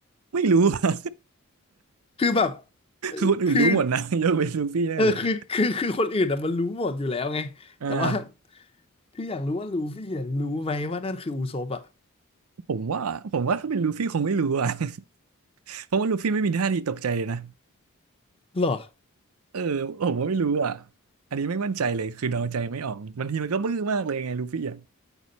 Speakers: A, on the right (about 85°); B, on the left (about 25°).
A: ไม่รู้อะ
B: คือแบบ
A: <laughs> คือคนอื่นรู้หมดนะยกเว้นลูฟี่แน่เลยอะ
B: คือเออคือคือคือคนอื่นอ่ะมันรู้หมดอยู่แล้วไงแต่ว่า
A: อ่า
B: คืออยากรู้ว่าลูฟี่เห็นรู้ไหมว่านั่นคืออุซปอ่ะ
A: ผมว่าผมว่าถ้าเป็นลูฟี่คงไม่รู้อ่ะ <laughs> เพราะว่าลูฟี่ไม่มีท่าทีตกใจเลยนะ
B: หรอ
A: เออผมว่าไม่รู้อ่ะอันนี้ไม่มั่นใจเลยคือเดาใจไม่ออกบางทีมันก็บื้อมากเลยไงลูฟี่อ่ะ